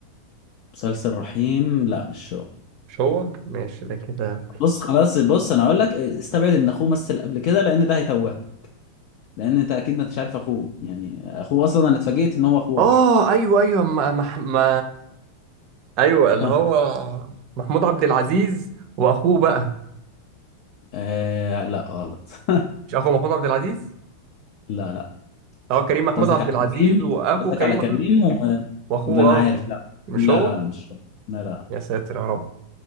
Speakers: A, on the left; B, on the right.
A: مسلسل رحيم لا مش هو
B: مش هو ماشي ده كده
A: بص خلاص بص انا اقول لك استبعد ان اخوه مثل قبل كده لان ده هيتوهك لان انت اكيد ما انتش عارف اخوه يعني اخوه اصلا انا اتفاجئت ان هو اخوه
B: اه
A: اصلا
B: ايوه ايوه ما, ما, ما ايوه اللي
A: ها
B: هو محمود عبد العزيز واخوه بقى
A: آه لا غلط
B: مش اخو محمود عبد العزيز
A: <laughs> لا لا
B: هو كريم محمود
A: انت قصدك
B: عبد
A: على
B: العزيز
A: كريم
B: واخو
A: قصدك
B: كريم
A: على
B: محمود
A: كريم و...
B: واخوه
A: لا انا
B: اه
A: عارف لا
B: مش
A: لا
B: هو
A: لا, لا مش هو. لا لا
B: يا ساتر يا رب